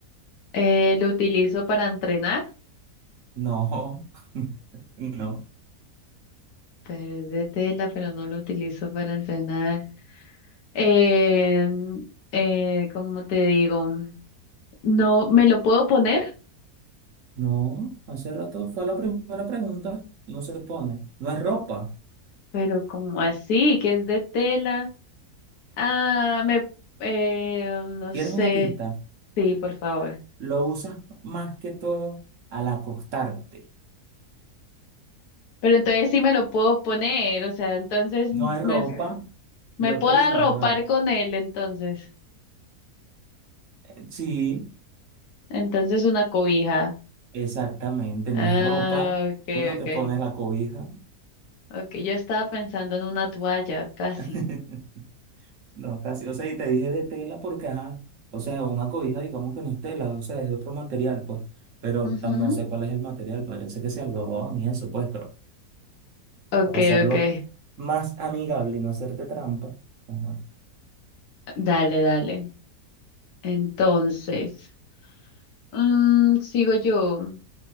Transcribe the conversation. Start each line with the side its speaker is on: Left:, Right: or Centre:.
Left: Eh, lo utilizo para entrenar,
Right: No, <laughs> no.
Left: pero es de tela, pero no lo utilizo para entrenar. Eh, eh, ¿cómo te digo? No me lo puedo poner,
Right: No, hace rato fue la primera pregunta. No se pone. No es ropa.
Left: pero como así, que es de tela. Ah, me, eh, no
Right: ¿Quieres
Left: sé.
Right: una pista?
Left: Sí, por favor.
Right: Lo usas más que todo al acostarte.
Left: Pero entonces sí me lo puedo poner, o sea, entonces
Right: No hay ropa.
Left: me, me
Right: Yo
Left: puedo
Right: te dije,
Left: arropar
Right: no es ropa.
Left: con él, entonces.
Right: Eh, Sí,
Left: Entonces una cobija.
Right: exactamente,
Left: Ah,
Right: no es ropa.
Left: okay,
Right: Tú no te
Left: okay.
Right: pones la cobija.
Left: Okay, yo estaba pensando en una toalla, casi.
Right: <laughs> No, casi. O sea, y te dije de tela porque, ajá. O sea, una cobija, digamos que no es tela, o sea, es de otro material, pues. Pero
Left: Ujú.
Right: tam- no sé cuál es el material, parece que sea algodón y eso, pues, pero
Left: Okay,
Right: para hacerlo
Left: okay.
Right: más amigable y no hacerte trampa. Ajá.
Left: Dale, dale. Entonces, mm, sigo yo.